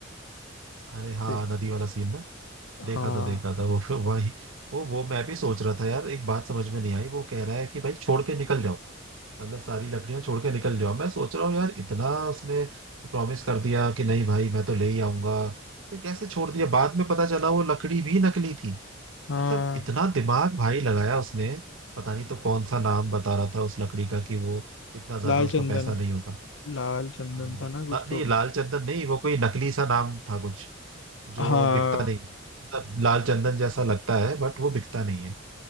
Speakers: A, on the right; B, on the left.
A: अरे हाँ
B: ते-
A: नदी वाला सीन ना देखा
B: हाँ
A: था देखा था वो <laughs> फिर वही वो वो मैं भी सोच रहा था यार एक बात समझ में नहीं आई वो कह रहा है कि भाई छोड़ के निकल जाओ मतलब सारी लकड़ियां छोड़ के निकल जाओ मैं सोच रहा हूँ यार इतना उसने प्रॉमिस कर दिया कि नहीं भाई मैं तो ले ही आऊंगा फिर कैसे छोड़ दिया बाद में पता चला वो लकड़ी भी नकली थी
B: हाँ
A: मतलब इतना दिमाग भाई लगाया उसने पता नहीं तो कौन सा नाम बता रहा था उस लकड़ी का कि वो इतना ज्यादा
B: लाल
A: उसका
B: चंदन
A: पैसा नहीं होता
B: लाल चंदन
A: हाँ,
B: था ना कुछ
A: ला, नहीं
B: तो
A: लाल चंदन नहीं वो कोई नकली सा नाम था कुछ
B: हाँ
A: जो बिकता नहीं है मतलब लाल चंदन जैसा लगता है बट वो बिकता नहीं है